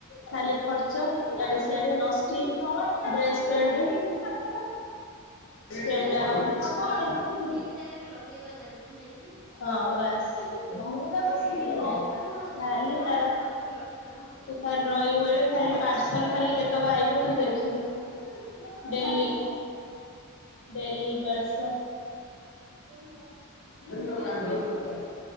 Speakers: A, on the left; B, in the centre.
A: ଖାଲି ଖର୍ଚ୍ଚ ୟାଡେ ସ୍ୟାଡେ ଲଷ୍ଟଟି ଡ୍ରେସ୍ ପ୍ୟାଣ୍ଟ୍। ଡ୍ରେସ ପେଣ୍ଟେ
B: ତୁ ବୋଲେ
A: ଆଉ କିଛି
B: ତୁ
A: <unintelligible>
B: ପଇସା ଠିକ ଜାଗାରେ ଲଗେଇବା ଜାଣିଛୁ ନାଇଁକି
A: ହଁ ବାସ୍। <unintelligible>
B: ସେଇଟା ହଁ ସେଟା ଭଲ
A: ଖାଲି
B: ସେଟା ଭଲ
A: ତାର
B: ଲୋକ ମାନଙ୍କର ଲକ୍ଷଣ
A: ଖାଲି ରହିବୁ ଏଇଠେ ଖାଲି ପାର୍ସଲ ଖାଲି କେତକ ଆଇ <unintelligible> ଦେଖିବୁ ଡେଲି।
B: ହୁଁ
A: ଡେଲ୍ଲୀ ପାର୍ସଲ।
B: <unintelligible>
A: <unintelligible>